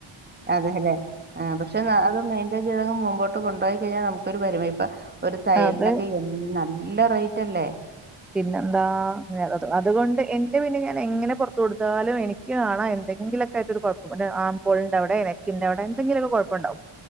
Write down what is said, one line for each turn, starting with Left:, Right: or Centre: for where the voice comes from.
Right: അതെ അല്ലേ ആ പക്ഷെ അത് മെയിന്റയിൻ ചെയ്തങ്ങ് മുമ്പോട്ട് അത് കൊണ്ടു പോയി കഴിഞ്ഞാ നമുക്കൊരു വരുവേപ്പ ഒരു തയ്യലിന്
Centre: അത്
Right: ഒക്കെ എന്ന് നല്ലിപ നല്ല റേറ്റ്അല്ലേ
Centre: പിന്നെന്താ നേളതു അതുകൊണ്ട് എന്റെ പിന്നെ ഞാൻ എങ്ങനെ പുറത്ത് കൊടുത്താലും എനിക്ക് കാണാം എന്തങ്കിലൊക്ക ആട്ട് കുഴപ്പ <unintelligible> ആമ്പോളിന്റെ അവിടെ നെക്കിന്റെ അവിടെ എന്തെങ്കിലൊക്കെ കുഴപ്പ ഉണ്ടാവും